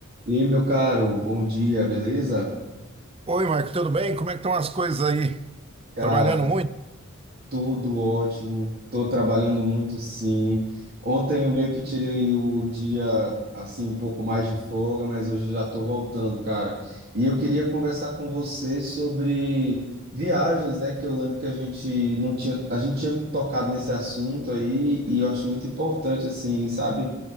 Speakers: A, on the right; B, on the right.
A: E aí, meu caro, bom dia, beleza?
B: Oi, Marco, tudo bem? Como é que estão as coisas aí?
A: Cara,
B: Trabalhando muito?
A: Tudo ótimo. Estou trabalhando muito, sim. Ontem eu meio que tirei o dia assim um pouco mais de folga, mas hoje já estou voltando, cara. E eu queria conversar com você sobre viagens, né? Que eu lembro que a gente não tinha, a gente tinha tocado nesse assunto aí e eu acho muito importante, assim, sabe?